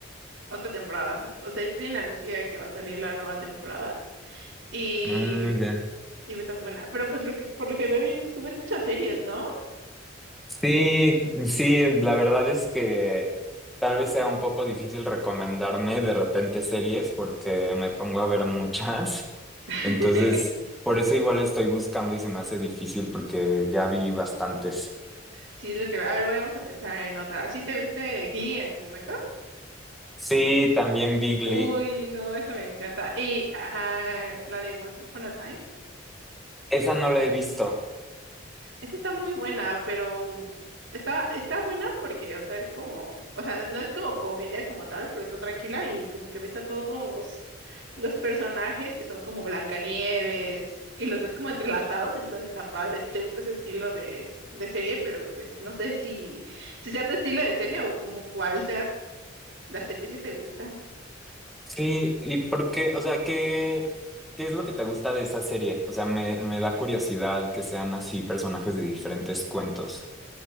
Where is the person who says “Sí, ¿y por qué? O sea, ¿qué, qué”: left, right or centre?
Centre